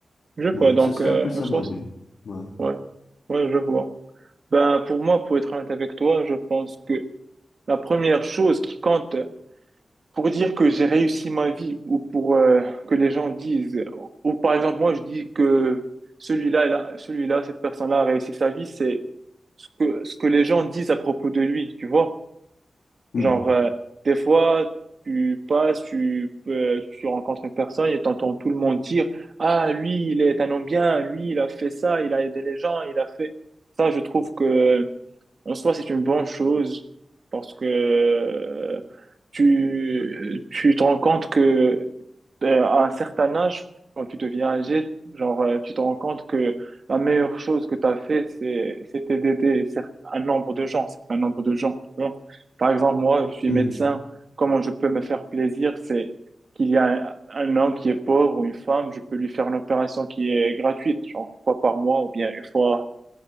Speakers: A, on the right (about 50°); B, on the left (about 80°).
A: Je vois,
B: Ouais,
A: donc,
B: ce serait
A: euh,
B: un peu ça
A: en soi,
B: mon but.
A: c'est-
B: Ouais.
A: ouais, ouais, je vois. Ben, pour moi, pour être honnête avec toi, je pense que la première chose qui compte pour dire que j'ai réussi ma vie ou pour euh, que les gens disent, ou par exemple, moi, je dis que celui-là, il celui-là, cette personne-là a réussi sa vie, c'est ce que, ce que les gens disent à propos de lui, tu vois?
B: Hmm.
A: Genre, euh, des fois, tu passes, tu, euh, tu rencontres une personne et t'entends tout le monde dire, Ah, lui, il est un homme bien, lui, il a fait ça, il a aidé les gens, il a fait... Ça, je trouve que, en soi, c'est une bonne chose parce que euh, tu, tu te rends compte que euh, à un certain âge, quand tu deviens âgé, genre, euh, tu te rends compte que la meilleure chose que tu as fait, c'est, c'était d'aider cer- un nombre de gens, un nombre de gens, tu vois. Par exemple, moi, je suis
B: Mhm.
A: médecin. Comment je peux me faire plaisir, c'est qu'il y a un, un homme qui est pauvre ou une femme, je peux lui faire une opération qui est gratuite, genre une fois par mois ou bien une fois,